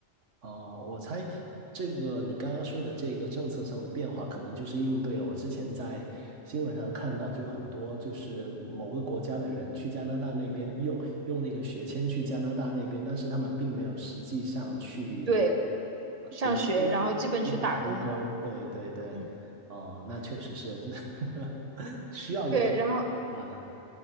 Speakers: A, on the right; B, on the right.
A: 哦，我猜这个你刚刚说的这个政策上的变化，可能就是应对了我之前在新闻上看到，就很多就是某个国家的人去加拿大那边用用那个学签去加拿大那边，但是他们并没有实际上去
B: 对，上学，
A: 读书，
B: 然后基本去打工了，
A: 去打黑工。对对对，
B: 嗯，
A: 哦，那确实是 <laughs> 需要有这种变化的。
B: 对，然后